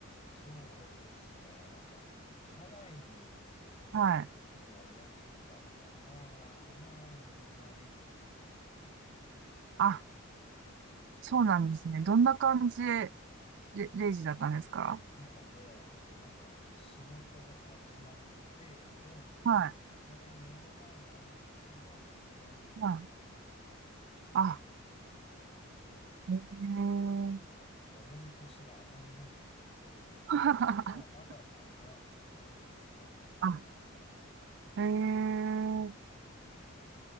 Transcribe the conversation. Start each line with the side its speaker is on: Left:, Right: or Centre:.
Left: そうですね。なんか、ハワイに行った時に思ったのは、
Right: はい。
Left: まあまあみんなレイジーでしたね。
Right: あ、
Left: うん。
Right: そうなんですね。どんな感じで、れレイジだったんですか
Left: なんかもう、なんか仕事が始まって、業務も明らかに目の前にあるんですけど、
Right: は
Left: なんかコーヒー飲んでるみたいな。
Right: い。はい。あ、
Left: はい。も
Right: えー
Left: う、もう重い腰が上がんないんでしょうね。
Right: <laughs>
Left: まあまだ間に合うべみたいな感じのスタンス。
Right: あ、へえー。
Left: はい。で、